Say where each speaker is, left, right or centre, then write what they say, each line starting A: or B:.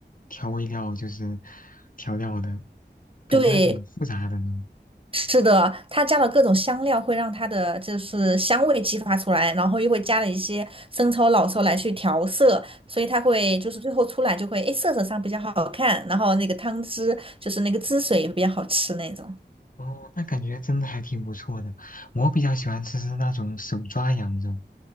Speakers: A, on the left; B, on the right.
A: 调味料，就是调料的，感觉还挺复杂的呢。
B: 对，是的，它加了各种香料，会让它的就是香味激发出来，然后又会加了一些生抽、老抽来去调色，所以它会就是最后出来就会，诶，色泽上比较好看，然后那个汤汁就是那个汁水也比较好吃那种
A: 哦，那感觉真的还挺不错的。我比较喜欢吃是那种手抓羊肉。